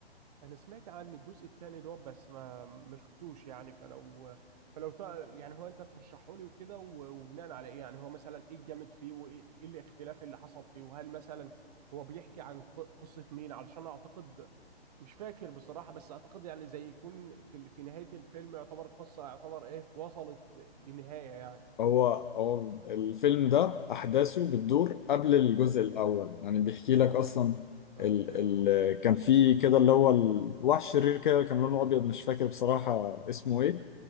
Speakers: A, on the right (about 40°); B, on the left (about 50°).
A: انا سمعت عن الجزء الثاني دوت بس ما ما شفتوش يعني فلو فلو تع- يعني هو انت ترشحه لي وكده و- وبناء على ايه يعني هو مثلا ايه الجامد فيه وايه إيه الاختلاف اللي حصل فيه وهل مثلا هو بيحكي عن ق- قصة مين علشان اعتقد مش فاكر بصراحة بس اعتقد يعني زي يكون في ال- في نهاية الفيلم يعتبر قصة يعتبر ايه وصلت لنهاية يعني
B: هو هو الفيلم ده أحداثه بتدور قبل الجزء الأول يعني بيحكي لك أصلا
A: اوكي
B: ال ال كان في كده اللي هو الوحش الشرير كده كان لونه أبيض مش فاكر بصراحة اسمه إيه